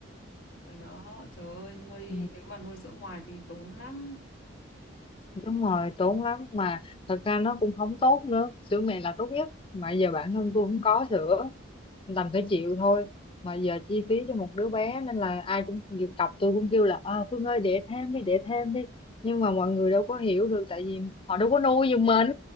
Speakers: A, on the left; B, on the left.
A: ở đó, trời ơi, nuôi
B: Ừ,
A: nếu mà nuôi sữa ngoài thì tốn lắm. <laughs>
B: đúng rồi tốn lắm mà thật ra nó cũng không tốt nữa sữa mẹ là tốt nhất mà giờ bản thân tôi không có sữa đành phải chịu thôi mà giờ chi phí cho một đứa bé nên là ai cũng đọc tôi cũng kêu là ờ Phương ơi đẻ thêm đi đẻ thêm đi nhưng mà mọi người đâu có hiểu được tại vì họ đâu có nuôi giùm mình